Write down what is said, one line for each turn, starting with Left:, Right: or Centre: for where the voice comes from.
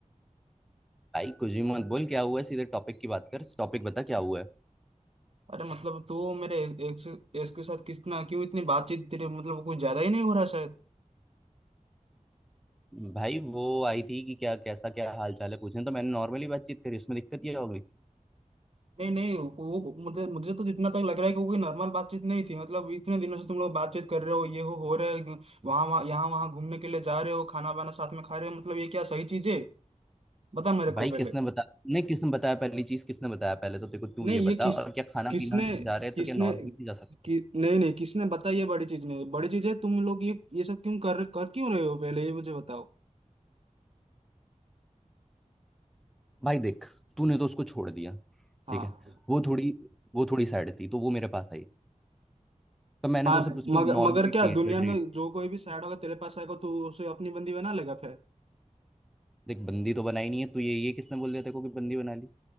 Centre: भाई कुछ भी मत बोल क्या हुआ है सीधे टॉपिक की बात कर टॉपिक बता क्या हुआ है
Right: अरे मतलब तू मेरे एक्स एक्स के साथ कितना क्यों इतनी बातचीत तेरे मतलब कुछ ज्यादा ही नहीं हो रहा शायद
Centre: भाई वो आई थी कि क्या कैसा क्या हाल चाल है पूछने तो मैंने नॉर्मली बातचीत करी उसमें दिक्कत ये होगी
Right: नहीं नहीं वो वो- मुझे मुझे तो जितना तक लग रहा है कि वो कोई नॉर्मल बातचीत नहीं थी मतलब इतने दिनों से तुम लोग बातचीत कर रहे हो ये हो हो रहा है वहाँ वहाँ यहाँ वहाँ घूमने के लिए जा रहे हो खाना वाना साथ में खा रहे हो मतलब ये क्या सही चीज है बता मेरे को
Centre: भाई
Right: पहले
Centre: किसने बता नहीं किसने बताया पहली चीज किसने बताया पहले तो देखो तू
Right: नहीं
Centre: ये
Right: ये
Centre: बता
Right: किस
Centre: और क्या खाना
Right: किसने
Centre: पीना जा रहे हैं
Right: किसने
Centre: तो क्या नॉर्मली भी जा सकते
Right: कि,
Centre: हैं?
Right: नहीं नहीं किसने बता ये बड़ी चीज नहीं बड़ी चीज है तुम लोग ये ये सब क्यों कर कर क्यों रहे हो पहले ये मुझे बताओ
Centre: भाई देख तूने तो उसको छोड़ दिया
Right: हाँ
Centre: ठीक है वो थोड़ी वो थोड़ी सैड थी तो वो मेरे पास आई तो मैंने
Right: हाँ
Centre: तो सिर्फ उसको
Right: मगर मगर
Centre: नॉर्मली
Right: क्या
Centre: ट्रीट
Right: दुनिया
Centre: किया ट्रीट
Right: में जो कोई भी सैड होगा तेरे पास आएगा तो उसे अपनी बंदी बना लेगा फिर
Centre: देख बंदी तो बनाई नहीं है तो ये ये किसने बोल दिया तेरे को कि बंदी बना ली